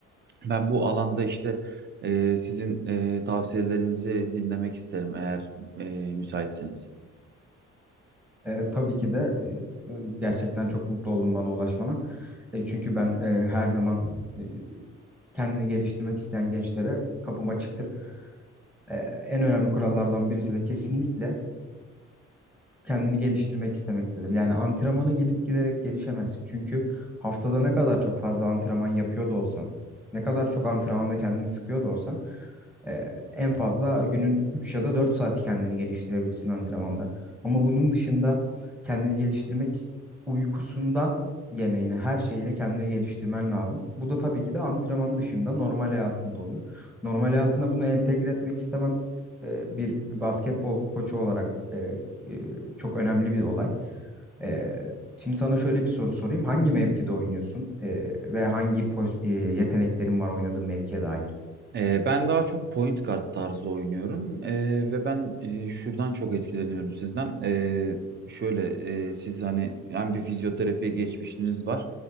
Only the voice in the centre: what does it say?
E, tabii ki de e, e, gerçekten çok mutlu oldum bana ulaşmana. E, çünkü ben e, her zaman e, kendini geliştirmek isteyen gençlere kapım açıktır. E, en önemli kurallardan birisi de kesinlikle kendini geliştirmek istemektedir. Yani antrenmana gelip giderek gelişemezsin. Çünkü haftada ne kadar çok fazla antrenman yapıyor da olsan, ne kadar çok antrenmanda kendini sıkıyor da olsan, e, en fazla günün 3 ya da 4 saati kendini geliştirebilirsin antrenmanda. Ama bunun dışında kendini geliştirmek uykusundan yemeğine her şeyle kendini geliştirmen lazım. Bu da tabii ki de antrenman dışında normal hayatında oluyor. Normal hayatına bunu entegre etmek istemem e, bir basketbol koçu olarak e, e, çok önemli bir olay. E, şimdi sana şöyle bir soru sorayım. Hangi mevkide oynuyorsun E, ve hangi poz- e, yeteneklerin var oynadığın mevkiye dair?